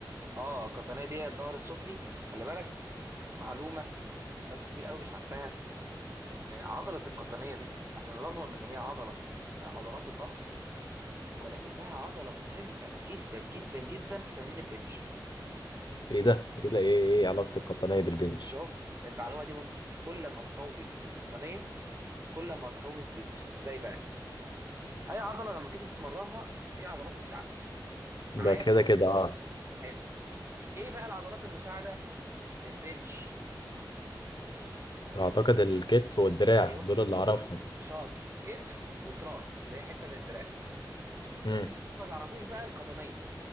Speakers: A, on the right; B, on the left.
A: اه القطنيه دي هي الظهر السفلي خلي بالك معلومه ناس كتير قوي مش عارفاها إن عضلة القطنية دي على الرغم من إن هي عضلة من عضلات الظهر ولكنها عضلة مهمة جدا جدا جدا في تمرين البنش
B: ايه ده ايه ده ايه ايه علاقه القطنيه بالبنش
A: شفت المعلومة دي مهمة أنت كل ما تقوي القطنية كل ما هتقوي الصدر إزاي بقى أي عضلة لما تيجي تتمرنها في عضلات مساعدة
B: ده
A: معايا
B: كده كده اه
A: حلو إيه بقى العضلات المساعدة في البنش
B: اعتقد الكتف والدراع
A: أيوه
B: دول اللي اعرفهم
A: شاطر كتف وتراي اللي هي حتة من الدراع
B: امم
A: اللي الناس ما تعرفوش بقى القطنية